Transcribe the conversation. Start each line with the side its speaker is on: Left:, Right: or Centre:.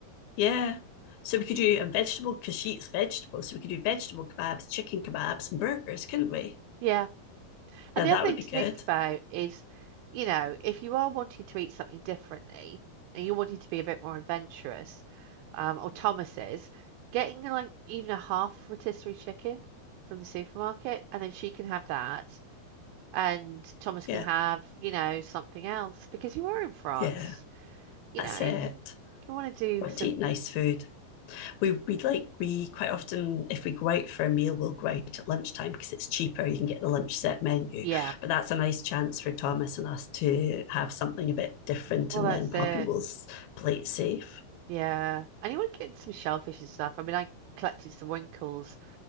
Left: Yeah. So we could do a vegetable because she eats vegetables. So we could do vegetable kebabs, chicken kebabs, and burgers, couldn't we?
Right: Yeah. And
Left: Yeah,
Right: the
Left: that
Right: other thing
Left: would be
Right: to
Left: good.
Right: think about is, you know, if you are wanting to eat something differently and you're wanting to be a bit more adventurous, um, or Thomas's, getting like even a half rotisserie chicken from the supermarket, and then she can have that, and Thomas can
Left: Yeah,
Right: have, you know, something else because you are in France,
Left: yeah,
Right: you
Left: that's
Right: know, you
Left: it.
Right: want to do
Left: Want
Right: some,
Left: to eat nice food. We we like we quite often if we go out for a meal, we'll go out at lunchtime because it's cheaper. You can get the lunch set menu.
Right: yeah,
Left: But that's a nice chance for Thomas and us to have something a bit different
Right: well,
Left: and
Right: that's
Left: then Poppy
Right: it,
Left: will s- play it safe.
Right: yeah, and you want to get some shellfish and stuff. I mean, I collected some winkles